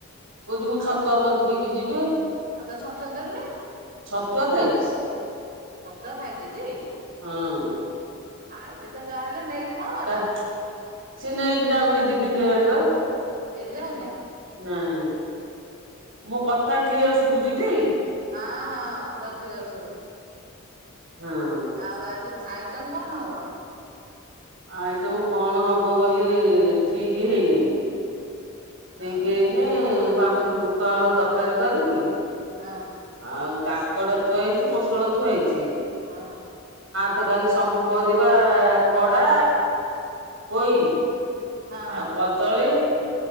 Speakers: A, on the right; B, on the right.
A: କହୁଚି ମୁଁ ଛତୁଆ
B: ଆଉ
A: ମୋର ପିିକି ଯିଵ୍
B: ଆଉ ତାକୁ ଛତୁଆ ଦେଲୁନି?
A: ଛତୁଆ ଖାଇଚି।
B: ଛତୁଆ ଖାଇଚି ଟି?
A: ହଁ।
B: ଖାଇଚି ତ ଯାହାହେଲେ ନେଇକି କଣ ଗଲା?
A: ତା ସିଏ ନେଇକି ଯାଉନେଇ ଦି ଦିନ ହେଲାଣିିବା।
B: ନେଇକି ଯାଉନାଇ?
A: ନାଇଁ ମୋ କଥା କ୍ଲିୟର ଶୁବୁଚି ଟି?
B: ହଁ ହଁ ପୁରା କ୍ଲିଅର ସୁବୁଚି।
A: ହଁ।
B: ଆଉ ଆଜି କ-ଆଇଟମ କଣ ହବ?
A: ଆଇଟମ୍ କଣ ହବ ବୋଲି ଠିକି ହେଇନି। ଠିକି
B: ଆଉ
A: ହେଇନି ଭାବୁଚି ବୁଟ ଆଳୁ ତରକାରୀ କରିବି
B: ହଁ
A: ଆଉ କାଙ୍କଡ ଥୁଆ ହେଇଚି, ପୋଟଳ ଥୁଆ ହେଇଚି ।
B: ହଁ।
A: ତ କାଲି ସବୁ ପରିବା କଡା, ପୋଇ।
B: ହଁ
A: ଆଉ କଦଳୀ,